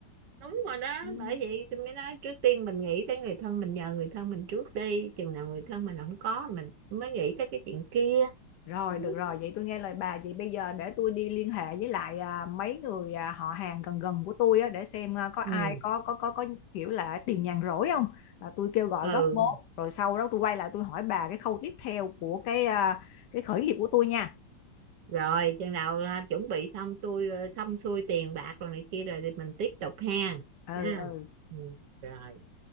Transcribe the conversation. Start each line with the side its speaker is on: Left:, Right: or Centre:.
Right: đúng rồi đó
Left: ừ.
Right: bởi vậy tôi mới nói trước tiên mình nghĩ tới người thân mình nhờ người thân mình trước đi chừng nào người thân mình không có mình mới nghĩ tới cái chuyện kia
Left: Rồi,
Right: ừ,
Left: được rồi, vậy tôi nghe lời bà. Vậy bây giờ để tôi đi liên hệ với lại à, mấy người à, họ hàng gần gần của tôi á, để xem à, có ai
Right: ừ
Left: có có có có kiểu là tiền nhàn rỗi không. Là tôi kêu gọi
Right: Ừ.
Left: góp vốn, rồi sau đó tôi quay lại tôi hỏi bà cái khâu tiếp theo của cái à, cái khởi nghiệp của tôi nha.
Right: rồi chừng nào à, chuẩn bị xong tôi à, xong xuôi tiền bạc rồi này kia rồi thì mình tiếp tục ha
Left: Ừ
Right: ha
Left: ừ.
Right: ừ. rồi